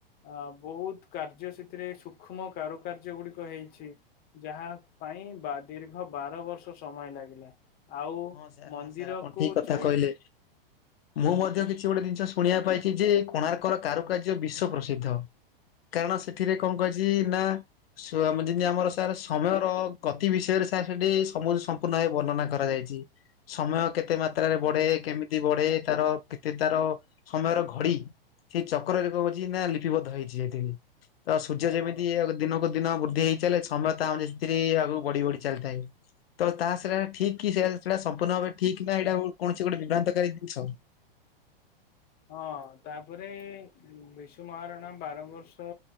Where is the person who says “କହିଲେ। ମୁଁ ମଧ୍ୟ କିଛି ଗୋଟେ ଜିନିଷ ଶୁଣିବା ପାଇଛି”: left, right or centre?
Left